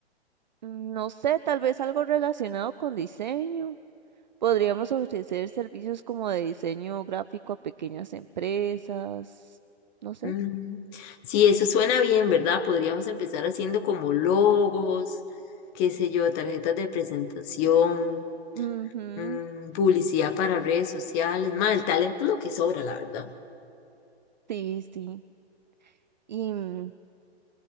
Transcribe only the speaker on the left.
Mm, sí, eso suena bien, ¿verdad? Podríamos empezar haciendo como logos, qué sé yo, tarjetas de presentación,
mm, publicidad para redes sociales. Más, el talento es lo que sobra, la verdad.